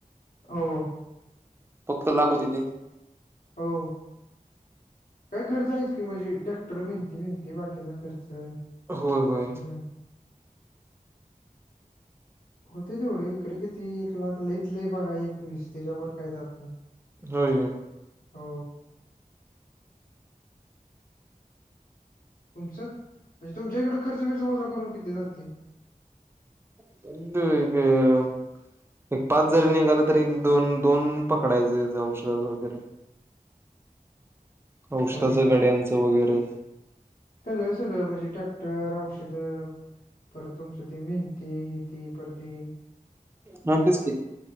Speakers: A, on the left; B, on the right.
A: हो
B: फक्त लाख होतीतं
A: हो काय खर्च आहेच की म्हणजे टॅक्टर भेंती, भेंती बाकीचा खर्च
B: होय,
A: सगळं
B: होय.
A: होतय तेवढ एकरी किती एक लाख लयीत लई बघा एक वीस त्येच्यावर काय जात नाही.
B: होय काय
A: हो तुमचं, म्हणजे तुमच्या इकडं खर्च बिरर्च वजा करून किती राहतय?
B: <unintelligible> एक पाच जरी निघालं तरी, एक दोन दोन पकडायचं हेच औषधाच वगैरे. औषधाच,
A: होय अ,
B: गड्यांचं वगैरे
A: सगळं, सगळं म्हणजे टॅक्टर औषधं परत तुमचे मेंथे, हे ते परत हे
B: हा तेच की,